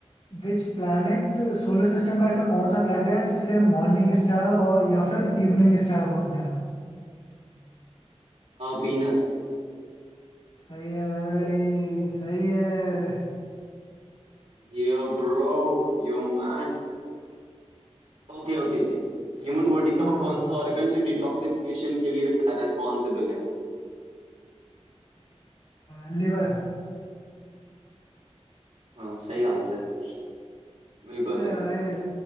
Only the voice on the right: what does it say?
Venus
Yo bro yo man Okay okay okay Human body
का वो कौन सा ऑर्गन जो डिटॉक्सिफिकेशन के लिए रेस्पॉन्सिबल है
हाँ सही आंसर भाई बिल्कुल
सही
<laughs>